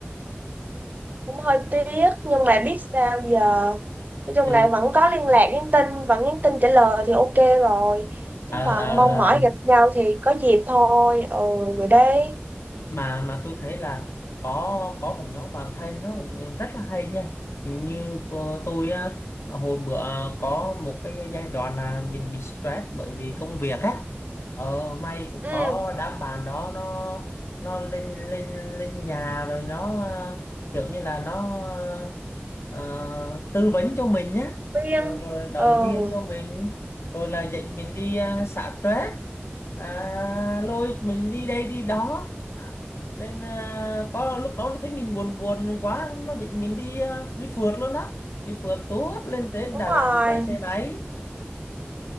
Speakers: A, on the right; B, on the left.
A: cũng hơi tiếc nhưng mà biết sao giờ. Nói chung
B: ừ.
A: là vẫn có liên lạc nhắn tin, vẫn nhắn tin trả lời thì ok rồi. Chứ
B: à,
A: còn mong mỏi gặp nhau thì có dịp thôi. Ừ, rồi đấy.
B: mà mà tôi thấy là có có một nhóm bạn thân nó cũng rất là hay nha hình như cô- tôi á, hồi bữa à, có một cái giai đoạn là mình bị stress bởi vì công việc á ờ may cũng
A: Ừ,
B: có đám bạn đó nó nó lên lên lên nhà rồi nó ờ, kiểu như là nó ờ, tư vấn cho mình nhé
A: viên
B: rồi, rồi động
A: Ừ,
B: viên cho mình rồi là dạy mình đi uh, xả stress à, lôi mình đi đây đi đó nên à, có lúc đó nó thấy mình buồn buồn quá nó định mình đi à, đi phượt luôn đó đi phượt tuốt lên tới
A: đúng
B: Đà Lạt
A: rồi.
B: mà chạy xe máy